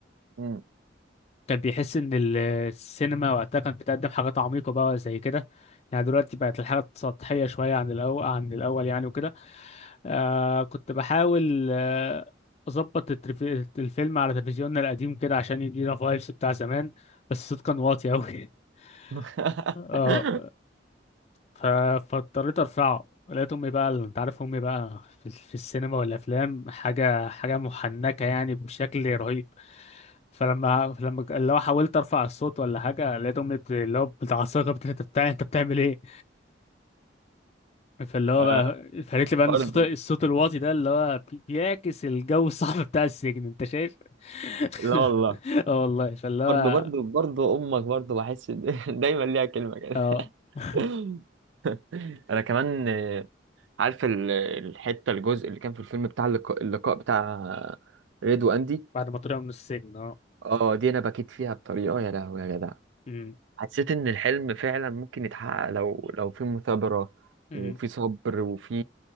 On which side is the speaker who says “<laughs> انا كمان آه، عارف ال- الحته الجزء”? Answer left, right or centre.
Right